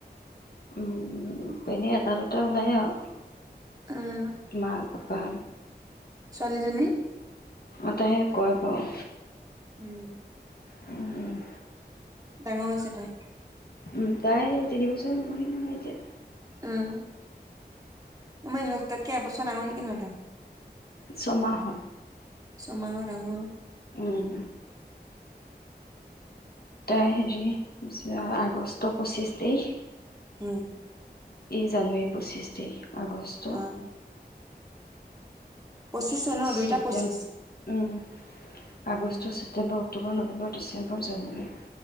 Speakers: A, on the left; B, on the right.
A: উম উম। এনেই এটা দুটা ওলাই আৰু।
B: উম
A: মা, পাপা।
B: ছোৱালীজনী
A: অ তাই কৰে বাৰু
B: উম
A: উম
B: ডাঙৰ হৈছে তাই
A: উম তাই তিন বছৰ হ'বহি নহয় এতিয়া।
B: উম আমাৰ ইহঁত দুটাতকে এবছৰ ডাঙৰ নেকি নহ তাই
A: ছমাহৰ
B: ছমাহৰ ডাঙৰ
A: উম তাই হেৰি আগষ্ট পঁচিছ তাৰিখ।
B: উম
A: এই জানুৱাৰী পঁচিছ তাৰিখ আগষ্ট।
B: অ পঁচিছে ন দুইটা
A: ছেপ্তেম
B: পঁচিছ।
A: উম August
B: উম।
A: September October November December January.